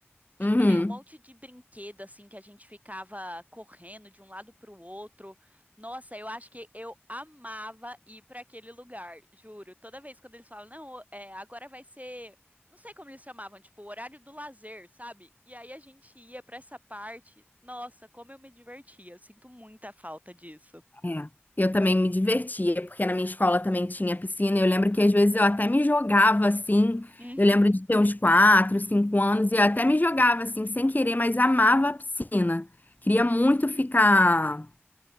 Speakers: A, on the right (about 35°); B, on the left (about 40°).
A: E
B: Uhum.
A: também um monte de brinquedo, assim, que a gente ficava correndo de um lado para o outro. Nossa, eu acho que eu amava ir para aquele lugar, juro. Toda vez quando eles falam, não, é, agora vai ser. Não sei como eles chamavam, tipo, o horário do lazer, sabe? E aí a gente ia para essa parte. Nossa, como eu me divertia. Eu sinto muita falta disso.
B: É. Eu também me divertia, porque na minha escola também tinha piscina. e Eu lembro que às vezes eu até me jogava assim.
A: Uhum.
B: Eu lembro de ter uns 4 5 anos e eu até me jogava assim, sem querer, mas amava a piscina. Queria muito ficar,